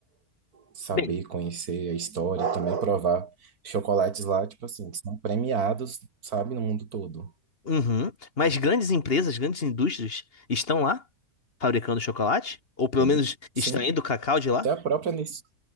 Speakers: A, on the right; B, on the left.
A: saber,
B: Bem,
A: conhecer a história, também provar chocolates lá, tipo assim, que são premiados, sabe, no mundo todo.
B: uhum. Mas grandes empresas, grandes indústrias estão lá fabricando chocolate? Ou pelo
A: Sim,
B: menos extraindo
A: sim
B: o cacau de
A: até
B: lá?
A: a própria Nestlé